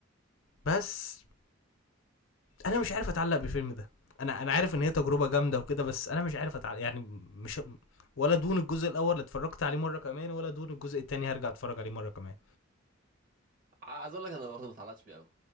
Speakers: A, on the left (about 75°); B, on the right (about 45°).
A: بس انا مش عارف اتعلق بالفيلم ده انا انا عارف ان هي تجربه جامده وكده بس انا مش عارف اتعلق يعني مش ولا دون الجزء الاول اللي اتفرجت عليه مره كمان ولا دون الجزء التاني هرجع اتفرج عليه مره كمان
B: عايز أقول لك أنا برضه متعلقتش بيه أوي